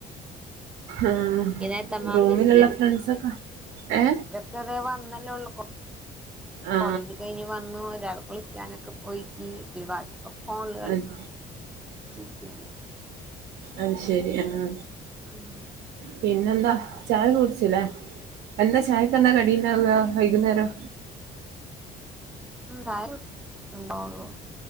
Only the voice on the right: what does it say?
ആഹ്
റോമിലോള്ള
ഫ്രണ്ട്സിനോക്കെ യെ
ആ
അത്
അത് ശെരി ആഹ്
പിന്നെന്താ ചായ കുടിച്ചില്ലേ എന്താ ചായക്കന്താ കടി ഇണ്ടാവ്യാ വൈകുന്നേരം